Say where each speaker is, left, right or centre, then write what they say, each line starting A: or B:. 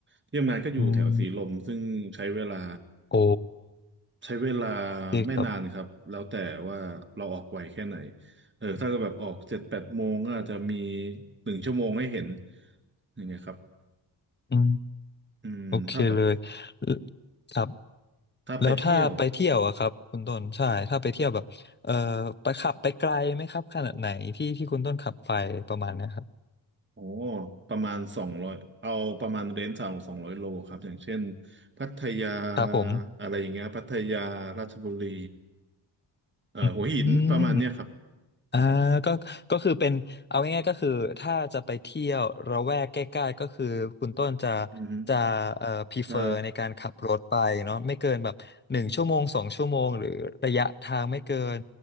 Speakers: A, on the right (about 25°); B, on the left (about 20°).
A: ที่ทำงานก็อยู่แถวสีลมซึ่งใช้เวลา
B: อืมโอ้
A: ใช้เวลา
B: โอเคครับ
A: ไม่นานครับแล้วแต่ว่าเราออกไวแค่ไหนเออถ้าก็แบบออกเจ็ดแปดโมงก็อาจจะมีหนึ่งชั่วโมงให้เห็นอย่างเงี้ยครับ
B: อืม
A: อืมถ้าแบบ
B: โอเคเลยลครับ
A: ถ้าไปเที่ยว
B: แล้วถ้าไปเที่ยวอะครับคุณต้นใช่ถ้าไปเที่ยวแบบเอ่อไปขับไปไกลไหมครับขนาดไหนที่ที่คุณต้นขับไปประมาณเนะครับ
A: โอ้ประมาณสองร้อยเอาประมาณเรนจ์สามสองร้อยโลครับอย่างเช่นพัทยา
B: ครับผม
A: อะไรอย่างเงี้ยพัทยาราชบุรีเอ่อหัวหินประมาณเนี้ยครับ
B: อืม อ่าก็ก็คือเป็นเอาง่ายๆก็คือถ้าจะไปเที่ยวระแวกใกล้ๆก็คือคุณต้นจะ
A: อือฮึ
B: จะเอ่อพรีเฟอร์ในการขับรถไปเนาะไม่เกินแบบหนึ่งชั่วโมงสองชั่วโมงหรือระยะทางไม่เกิน
A: ใช่